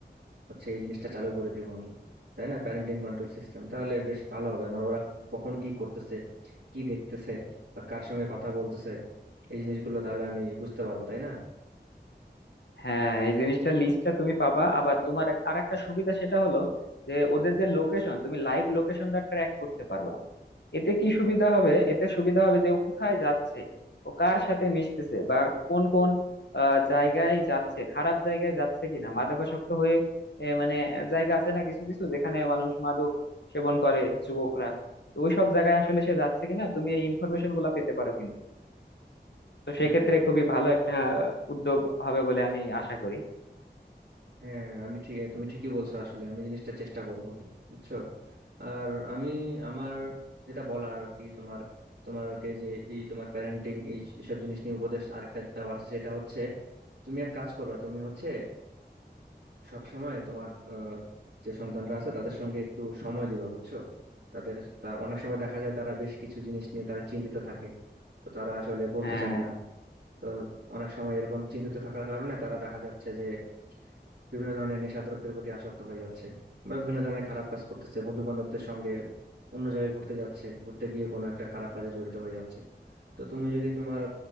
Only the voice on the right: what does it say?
হচ্ছে এই জিনিসটা চালু করে দিব আমি তাই না প্যারেন্টিং কন্ট্রোল সিস্টেম তাহলে বেশ ভালো হবে মানে ওরা কখন কি করতেছে কি দেখতেছে বা কার সঙ্গে কথা বলতেছে এই জিনিসগুলো তাহলে আমি বুঝতে পারবো তাই না
হ্যাঁ
হ্যাঁ আমি ঠিক তুমি ঠিকই বলছো আসলে আমি জিনিসটা চেষ্টা করবো বুঝছো আর আমি আমার যেটা বলার আর কি তোমার তোমার যে এই তোমার প্যারেন্টিং এই সব জিনিস নিয়ে উপদেশ আরেকটা দেওয়ার আছে সেটা হচ্ছে তুমি এক কাজ করবা তুমি হচ্ছে সব সময় তোমার আহ, যে সন্তানরা আছে তাদের সঙ্গে একটু সময় দিবা বুঝছো তাদের তা অনেক সময় দেখা যায় তারা বেশ কিছু জিনিস নিয়ে তারা চিন্তিত থাকে তো তারা আসলে বলতে
চায় না তো অনেক সময় এরকম চিন্তিত থাকার কারণে তারা দেখা যাচ্ছে যে বিভিন্ন ধরনের নেশাদ্রব্যের প্রতি আসক্ত হয়ে যাচ্ছে বা বিভিন্ন ধরনের খারাপ কাজ করতেছে বন্ধু বান্ধবদের সঙ্গে অন্য জায়গায় ঘুরতে যাচ্ছে ঘুরতে গিয়ে কোনো একটা খারাপ কাজে জড়িত হয়ে যাচ্ছে তো তুমি যদি তোমার